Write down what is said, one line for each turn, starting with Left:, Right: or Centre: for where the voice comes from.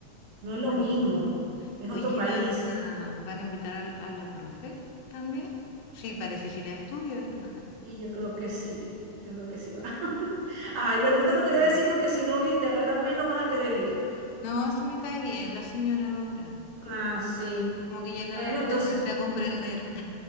Right: no es
Left: Pero,
Right: lo mismo, es
Left: oye,
Right: otro
Left: ¿y
Right: país.
Left: va- va- ¿van a invitar al- a, la profe también? Sí, parece gira de estudio esto.
Right: Y yo creo que sí, yo creo que sí va. <laughs> Ay, bueno no te lo quería
Left: Mm.
Right: decir porque si no, viste, ahora menos vas a querer ir.
Left: No, sí me cae bien la señora ahora. Como
Right: Ah,
Left: que,
Right: sí.
Left: como que ya la,
Right: Bueno, entonces.
Left: la empecé a comprender.